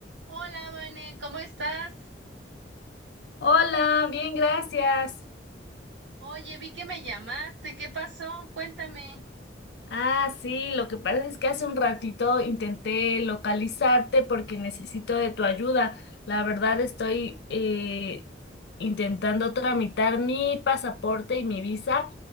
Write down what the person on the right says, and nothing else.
Hola, Vane, ¿cómo estás?
Oye, vi que me llamaste, ¿qué pasó? Cuéntame.